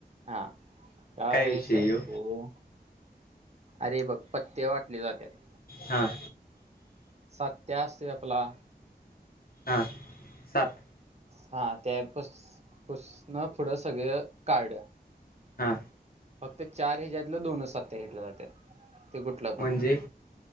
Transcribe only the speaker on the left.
विषय
ह्यो
हां
हा. सात
हा
म्हणजे